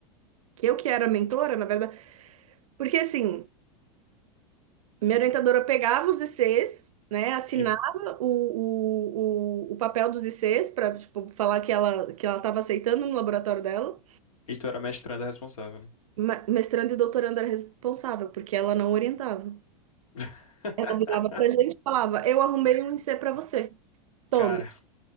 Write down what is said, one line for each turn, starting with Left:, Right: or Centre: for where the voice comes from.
Right: que eu que era mentora, na verdade, porque assim. Minha orientadora pegava os ICs, né, assinava
Left: E,
Right: o, o, o, o papel dos ICs para tipo, falar que ela que ela estava aceitando no laboratório dela.
Left: e tu era mestranda responsável, né?
Right: Ma- Mestrando e doutorando era responsável, porque ela não orientava.
Left: <laughs>
Right: Ela virava pra gente e falava: Eu arrumei um IC para você. Toma.
Left: Cara,